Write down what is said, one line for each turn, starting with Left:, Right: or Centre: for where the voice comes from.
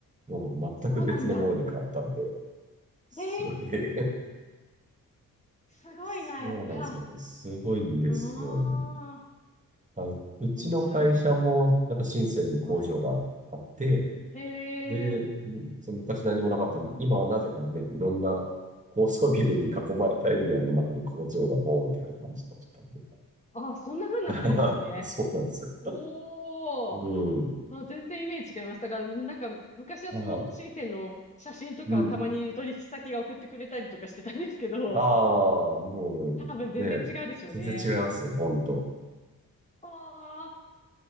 Right: もう全く別のものに変わったんで、
Left: そうなんだ。
Right: すごい
Left: えー、
Right: <laughs>
Left: すごいな、
Right: そうなんですよ。
Left: やっぱ。
Right: すごいんですよ。
Left: うーん。
Right: あ、うちの会社も、
Left: 面白いな。
Right: やっぱ深センに工場があって、
Left: はい。へ
Right: で、
Left: え。
Right: うんその昔何もなかったのに、今はなぜかね、いろんな高層ビルに囲まれたエリアの中に工場がボーンってある感じになっちゃったんで。
Left: あ、そんな風になってるんですね。
Right: <laughs> そうなんですよ。
Left: おー。
Right: うん。
Left: あ、全然イメージ違います。だから、なんか、昔はその深センの写真とか、
Right: ああ、うん。
Left: たまに取引先が送ってくれたりとかしてたんですけど、
Right: ああ、
Left: <laughs>
Right: もうね、
Left: 多分全然違うでしょうね。
Right: 全然違いますよ、ほんと。
Left: あ